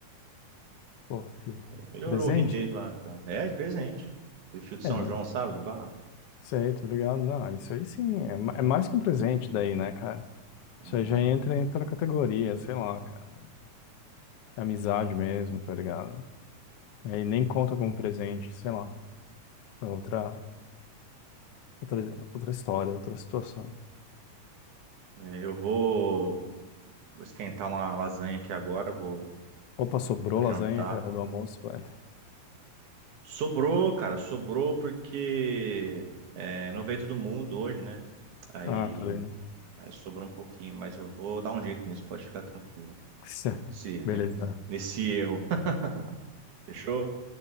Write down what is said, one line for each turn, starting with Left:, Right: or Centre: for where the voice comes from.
Left: Pô, filho.
Right: Melhorou
Left: Presente?
Right: o rim dele lá, cara. É, de presente. O fio de
Left: É,
Right: São João, sabe, de barro.
Left: isso aí, tô ligado. Não, isso aí sim. É, ma- é mais que um presente daí, né, cara? Isso
Right: Aham.
Left: aí já entra em outra categoria, sei lá, cara. Amizade mesmo, tá ligado? Aí nem conta como presente, sei lá. É outra, outra, outra história, outra situação.
Right: É, eu vou. Vou esquentar uma lasanha aqui agora, vou,
Left: Opa, sobrou
Right: vou jantar.
Left: lasanha, cara, do almoço, velho.
Right: Sobrou, cara, sobrou porque é, não veio todo mundo hoje, né? Aí,
Left: Ah, tá vendo.
Right: aí sobrou um pouquinho, mas eu vou dar um jeito nisso, pode ficar tranquilo.
Left: <laughs>
Right: Nesse,
Left: Beleza.
Right: <laughs> nesse erro. <laughs> Fechou?